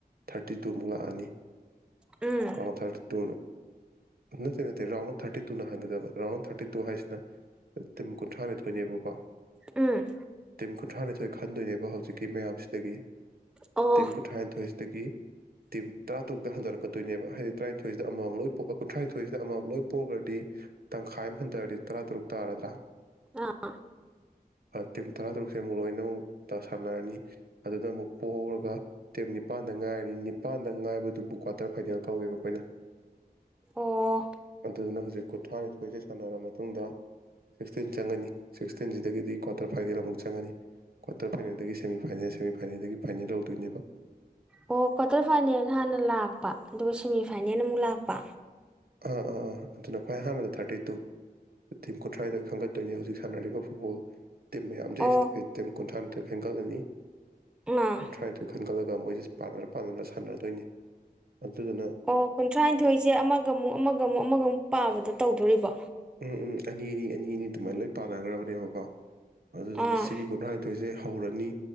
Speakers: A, on the right; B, in the centre.
A: ꯊꯥꯔꯇꯤ ꯇꯨꯃꯨꯛ ꯂꯥꯛꯑꯅꯤ
B: ꯎꯝ
A: ꯑꯊ ꯇꯨꯟ ꯅ ꯅ ꯔꯥꯎꯟ ꯑꯣꯐ ꯊꯔꯇꯤ ꯇꯨ ꯅ ꯍꯪꯕ ꯔꯥꯎꯟ ꯑꯣꯐ ꯊꯥꯇꯤ ꯇꯨ ꯍꯥꯏꯅ ꯇꯤꯝ ꯀꯨꯟꯊ꯭ꯔꯥꯅꯤꯊꯣꯏꯅꯦꯕꯀꯣ
B: ꯎꯝ
A: ꯇꯤꯝ ꯀꯨꯟꯊ꯭ꯔꯥꯅꯤꯊꯣꯏ ꯈꯟꯗꯣꯏꯅꯦꯕ ꯍꯧꯖꯤꯛꯀꯤ ꯃꯌꯥꯝꯁꯤꯗꯒꯤ
B: ꯑꯣ
A: ꯇꯤꯝ ꯀꯨꯟꯊ꯭ꯔꯥꯅꯊꯣꯏꯁꯤꯗꯒꯤ ꯇꯤꯝ ꯇꯔꯥ ꯇꯔꯨꯛꯇ ꯍꯟꯗꯣꯔꯛꯀꯣꯏꯅꯦꯕ ꯍꯥꯏꯗꯤ ꯇꯔꯥꯅꯤꯊꯣꯏꯁꯤꯗ ꯑꯃꯃꯝ ꯂꯣꯏ ꯄ ꯀꯨꯟꯊ꯭ꯔꯥꯅꯤꯊꯣꯏꯁꯤꯗ ꯑꯃꯃꯝ ꯂꯣꯏ ꯄꯣꯛꯈ꯭ꯔꯗꯤ ꯇꯪꯈꯥꯏ ꯑꯃ ꯍꯟꯊꯔꯗꯤ ꯇꯔꯥ ꯇꯔꯨꯛ ꯇꯥꯔꯗ꯭ꯔꯥ
B: ꯑꯥ
A: ꯇꯤꯝ ꯇꯔꯥꯇꯔꯨꯛꯁꯦ ꯑꯃꯨꯛ ꯂꯣꯏꯅꯃꯨꯛꯇ ꯁꯥꯟꯅꯔꯅꯤ ꯑꯗꯨꯗ ꯑꯃꯨꯛ ꯄꯣꯛꯍꯧꯔꯒ ꯇꯤꯝ ꯅꯤꯄꯥꯟꯗ ꯉꯥꯏꯔꯅꯤ ꯅꯤꯄꯥꯟꯗ ꯉꯥꯏꯕꯗꯨꯕꯨ ꯀ꯭ꯋꯥꯇꯔ ꯐꯥꯏꯅꯦꯜ ꯀꯧꯋꯦꯕ ꯑꯩꯈꯣꯏꯅ <unintelligible>
B: ꯑꯣ
A: ꯑꯗꯨꯗꯨꯅ ꯍꯧꯖꯤꯛ ꯀꯨꯟꯊ꯭ꯔꯥꯅꯤꯊꯣꯏꯁꯦ ꯁꯥꯟꯅꯔꯕ ꯃꯇꯨꯡꯗ ꯁꯤꯛꯁꯇꯤꯟ ꯆꯪꯉꯅꯤ ꯁꯤꯛꯁꯇꯤꯟꯁꯤꯗꯒꯤꯗꯤ ꯀ꯭ꯋꯥꯇꯔ ꯐꯥꯏꯅꯦꯜ ꯑꯃꯨꯛ ꯆꯪꯒꯅꯤ ꯀ꯭ꯋꯥꯔꯇꯔ ꯐꯥꯏꯅꯦꯜꯗꯒꯤ ꯁꯦꯃꯤ ꯐꯥꯏꯅꯦꯜ ꯁꯦꯃꯤꯐꯥꯏꯅꯦꯜꯗꯒꯤ ꯐꯥꯏꯅꯦꯜ ꯂꯧꯗꯣꯏꯅꯦꯕ
B: ꯑꯣ ꯀ꯭ꯋꯥꯇꯔ ꯐꯥꯏꯅꯦꯜ ꯍꯥꯟꯅ ꯂꯥꯛꯄ ꯑꯗꯨꯒ ꯁꯦꯃꯤ ꯐꯥꯏꯅꯦꯜ ꯑꯃꯨꯛ ꯂꯥꯛꯄ
A: ꯑꯥ ꯑꯥ ꯑꯥ ꯑꯗꯨꯅ ꯈ꯭ꯋꯥꯏ ꯑꯍꯥꯟꯕꯗ ꯊꯥꯔꯇꯤ ꯇꯨ ꯇꯤꯝ ꯀꯨꯟꯊ꯭ꯔꯥꯗ ꯈꯪꯒꯠꯇꯣꯏꯅꯤ ꯍꯧꯖꯤꯛ ꯁꯥꯟꯅꯔꯤꯕ ꯐꯨꯠꯕꯣꯜ ꯇꯤꯝ ꯃꯌꯥꯝ ꯂꯩ
B: ꯑꯣ
A: ꯁꯤꯗꯒꯤ ꯇꯤꯝ ꯀꯨꯟꯊ꯭ꯔꯥꯅꯤꯊꯣꯏ ꯈꯦꯟꯒꯠꯂꯅꯤ
B: ꯑꯥ
A: ꯀꯨꯟꯊ꯭ꯔꯥꯅꯤꯊꯣꯏ ꯈꯟꯒꯠꯂꯒ ꯃꯣꯏꯁꯤ ꯄꯥꯟꯅꯔ ꯄꯥꯟꯅꯅ ꯁꯥꯟꯅꯗꯣꯏꯅꯤ ꯑꯗꯨꯗꯨꯅ
B: ꯑꯣ ꯀꯨꯟꯊ꯭ꯔꯥꯅꯤꯊꯣꯏꯁꯦ ꯑꯃꯒ ꯑꯃꯨꯛ ꯑꯃꯒ ꯑꯃꯨꯛ ꯑꯃꯒ ꯑꯃꯨꯛ ꯄꯥꯕꯗꯣ ꯇꯧꯗꯣꯔꯤꯕꯣ
A: ꯎꯝ ꯎꯝ ꯑꯅꯤꯅꯤ ꯑꯅꯤꯅꯤ ꯑꯗꯨꯃꯥꯏꯅ ꯂꯣꯏ ꯄꯥꯟꯅꯈ꯭ꯔꯕꯅꯦꯕꯀꯣ ꯑꯗꯨꯗꯨꯅ
B: ꯑꯥ
A: ꯁꯤꯒꯤ ꯀꯨꯟꯊ꯭ꯔꯥꯅꯤꯊꯣꯏꯁꯦ ꯍꯧꯔꯅꯤ